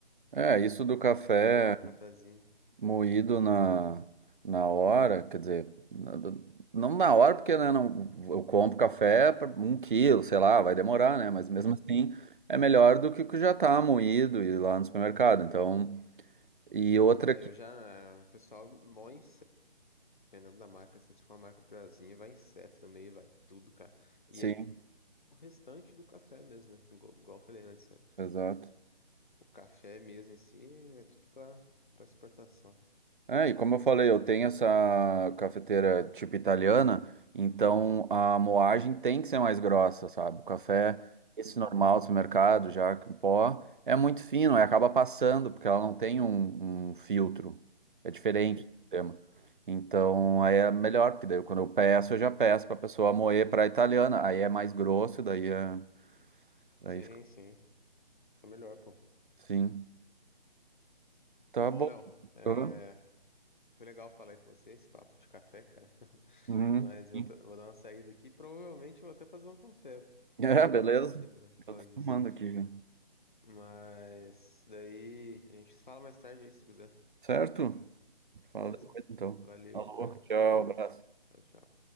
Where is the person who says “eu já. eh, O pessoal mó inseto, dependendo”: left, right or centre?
Left